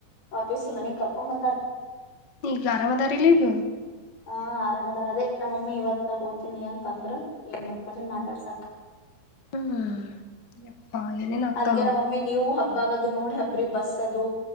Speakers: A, on the left; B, on the left.
A: ವಾಪಸ ಮನೆಗ್ ಕರ್ಕೊಂಡ್ ಬಂದಾರ
B: ಈಗ ಆರಾಮದಾರಲಿ ಈಗ
A: ಹಾ ಆರಾಮದಾರ ಅದೇ ನಮ್ಮಮ್ಮಿ ಇವತ್ ಹೋತೀನಿ ಅಂತಂದ್ರ ಏನ್ ಮಾಡ್ತಾರನ್ ಮಾತಾಡ್ಸಕ್
B: ಹ್ಮ್ ಯಪ್ಪಾ ಏನೇನ್ ಆಗ್ತಾವ್
A: ಅದ್ಕ
B: ನೋಡ
A: ನ ಮಮ್ಮಿ ನೀವು ಹಬ್ಬಾಗದು ನೋಡಿ ಹಬ್ಬ್ರಿ ಬಸ್ಸ ಅದು